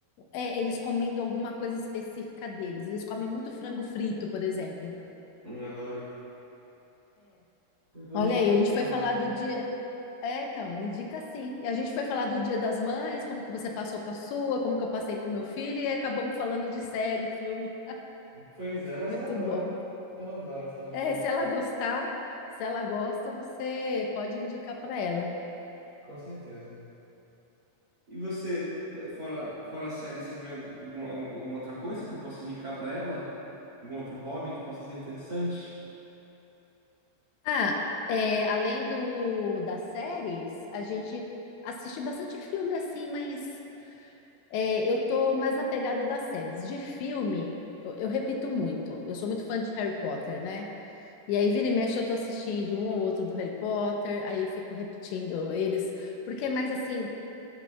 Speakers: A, on the left; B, on the right.
A: é, eles comendo alguma coisa específica deles. Eles comem muito frango frito, por exemplo.
B: Hum, adoro. Eu vou
A: Olha
B: indicar
A: aí, a gente
B: pra
A: foi
B: minha
A: falar
B: mãe.
A: do dia, É, então, me indica sim. E a gente foi falar do Dia das Mães, como que você passou com a sua, como que eu passei com meu filho, e aí acabamos falando de série, filme.
B: Pois é, mas
A: Muito
B: ela adora.
A: bom.
B: Ela adora falar de.
A: É, se ela gostar, se ela gosta, você pode indicar para ela.
B: Com certeza. E você, fora, fora a série, você vê alguma, alguma outra coisa que eu possa indicar pra ela? Algum outro hobby que possa ser interessante?
A: Ah, é, além do das séries, a gente assiste bastante filme assim, mas é, eu tô mais na pegada das séries. De filme, eu eu repito muito. Eu sou muito fã de Harry Potter, né? E aí, vira e mexe, eu tô assistindo um ou outro do Harry Potter, aí fico repetindo eles, porque é mais assim,